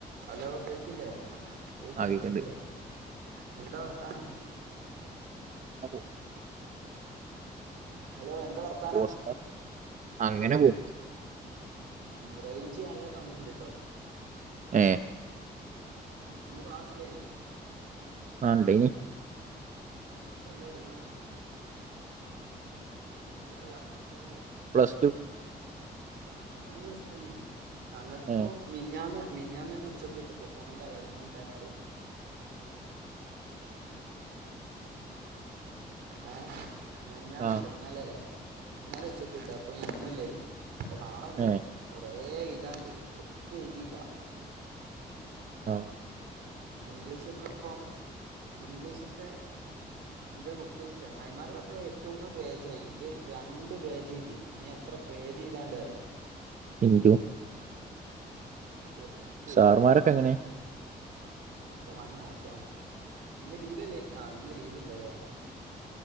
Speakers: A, on the right; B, on the right.
A: ഹലോ കേക്കില്ലേ കേക്കില്ലേ
B: ആ കേക്ക്ണ്ട്
A: കേക്കില്ലേ എന്താ വർത്താനം.....
B: അപ്പോ......
A: ഹലോ എന്താ വർത്താനം.....
B: കോസ് അങ്ങനെ പോകും.......
A: ഉ റേഞ്ച് നല്ല കമ്മി ഉണ്ട്ട്ടോ........
B: ഏ.......
A: ഇന്ന് ക്ലാസ് ഉണ്ടായ്നോ......
B: ആണ്ടൈനി......
A: ആ എത്രല്ലോ പഠിക്കുന്നയ്.. ഇല്ല ഇല്ല എനിക്കി.....
B: പ്ലസ് ടു.......
A: ആ് ഞാനും പ്ലസ് ടു ഞങ്ങൾക്കിപ്പോ
B: ഏ
A: മിഞ്ഞാന്ന്...... മിഞ്ഞാൻന്നെ ഉച്ചക്ക് വിട്ടു പ്ലസ്ണ്ന്റെ അലോട്ട്മെന്റ് ഉണ്ടായാണ്ട്..... ഏ മിനിഞ്ഞാന്ന്
B: ആ
A: ഇന്നലല്ലേ ഇന്നല ഉച്ചക്കിട്ട അപ്പൊ ഇന്നല്ലേനി...... ഇപ്പൊ നാളെുണ്ട്
B: ഏ
A: കൊറേ എഴുതാണ്ട് വത് എഴുതിയില്ല.....
B: ആഹ......
A: ഇംഗ്ലീഷൊക്കെ ഇപ്പം ഇംഗ്ലീഷൊക്കെ....... എന്റെ ബുക്കിൽ ചങ്ങായിമാരുൊക്കെ ഏറ്റുമപത് പേജായി എന്റെ രണ്ട് പേജ്തി എത്ര....... പേജ് എഴുതാൻ ഇണ്ടന്ന് അറിയോ.....
B: ഇന്ദു.......
A: <inaudible>
B: സർ
A: എഴുതല്ല
B: മാരൊക്ക എങ്ങനെ......
A: ഒക്കെ വൻ മോശമാണ് ഇന്ന് ലീവല്ലേ ആഹ ഇന്ന് ലീവ്ല്ല.....